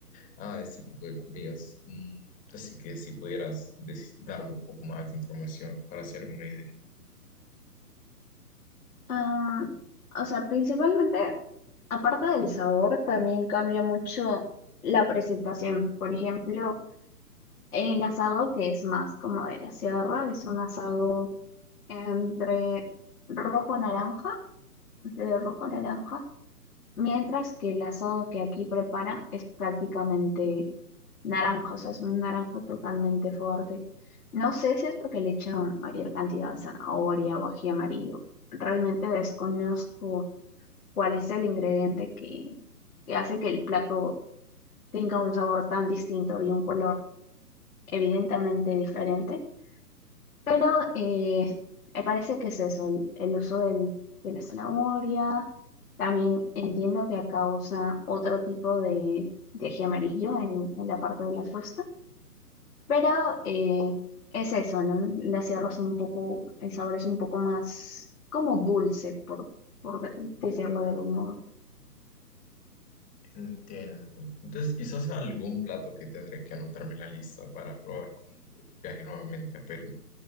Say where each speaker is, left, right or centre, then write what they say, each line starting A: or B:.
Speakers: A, on the left; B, on the left.
A: a este tipo de comidas. Mm, así que si pudieras dec- darme un poco más de información para hacerme una idea.
B: Ah, o sea, principalmente Aparte del sabor, también cambia mucho la presentación. Por ejemplo, el asado que es más como de la sierra, es un asado entre rojo-naranja, entre rojo-naranja, mientras que el asado que aquí prepara es prácticamente naranja, o sea, es un naranja totalmente fuerte. No sé si es porque le echan mayor cantidad de zanahoria o ají amarillo. Realmente desconozco cuál es el ingrediente que que hace que el plato tenga un sabor tan distinto y un color evidentemente diferente. Pero eh, me parece que es eso, el, el uso del- de la zanahoria. También entiendo que causa otro tipo de, de ají amarillo en, en la parte de la fusta, pero eh, es eso, ¿no? La sierra es un poco, el sabor es un poco más como dulce, por, por decirlo de algún modo.
A: Entiendo. Entonces, quizás algún plato que tendré que anotarme en la lista para probar cuando viaje nuevamente a Perú,